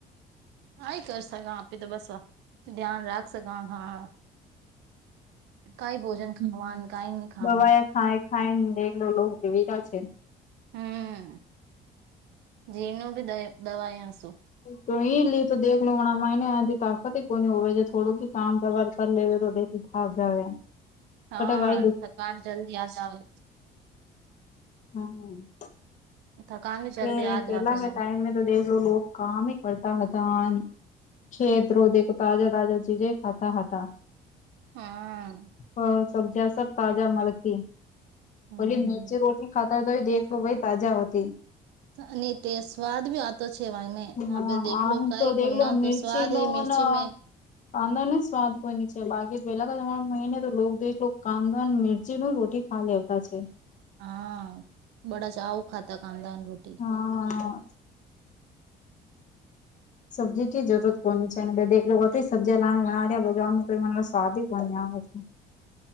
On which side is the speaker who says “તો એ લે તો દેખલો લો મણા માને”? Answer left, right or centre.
Left